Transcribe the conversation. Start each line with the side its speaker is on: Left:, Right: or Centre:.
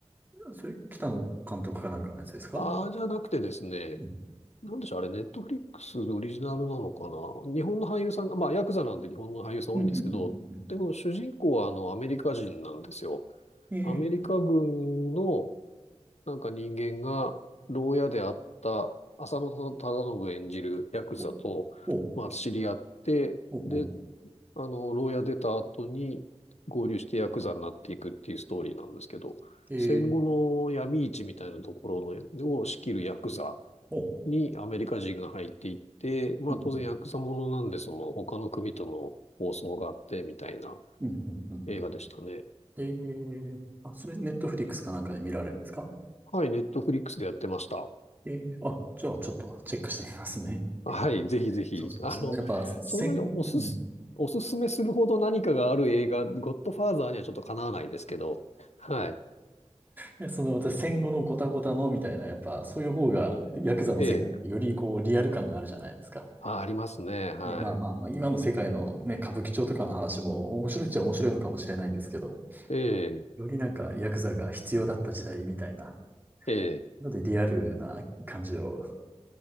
Right: それ、北野監督かなんかのやつですか
Left: ああ、じゃなくてですね、
Right: うん
Left: なんでしょう、あれ、ネットフリックスオリジナルなのかな。日本の俳優さんが、まあヤクザなんで日本の俳優さん多いんですけど、
Right: うんうんうんうん
Left: でも主人公はあのアメリカ人なんですよ。
Right: うんえ
Left: アメリカ軍のなんか人間が牢屋であった浅野忠信演じるヤクザと、
Right: ーほう、
Left: まあ、知り合って、
Right: ほう、
Left: で、
Right: ほ
Left: あの、牢屋出た後に合流してヤクザになっていくっていうストーリーなんですけど、
Right: う。えー、
Left: 戦後の闇市みたいなところのを仕切るヤクザ
Right: ほ
Left: にアメリカ人が入っていって、まあ当然ヤクザものなんで、
Right: う。うん、うん、
Left: その他の組との放送があってみたいな
Right: うん、うん、うん。
Left: 映画でしたね。
Right: えー、あ、それ、ネットフリックスかなんかで見られるんですか
Left: はい、ネットフリックスでやってました。
Right: えー、あ、じゃあ、ちょっとチェックしてみますね。
Left: はい、
Right: えー
Left: ぜひぜひ。
Right: そうそう、
Left: あの、
Right: その、やっぱ、戦、
Left: そんなにおすす、
Right: うん。<laughs> い
Left: おすすめするほど何かがある映画、ゴッドファーザーにはちょっとかなわないですけど、はい。
Right: やその、私、戦後のゴタゴタの、みたいな、やっぱ、そういう方が、ヤクザの世界ってより、
Left: ええ、
Right: こう、リアル感があるじゃないですか。
Left: あ、ありますね。はい。
Right: ね、まあまあまあ、今の世界のね、歌舞伎町とかの話も、面白いっちゃ面白いのかもしれないんですけど、
Left: ええ、
Right: よりなんか、ヤクザが必要だった時代みたいな。
Left: ええ、
Right: なので、リアルな感じを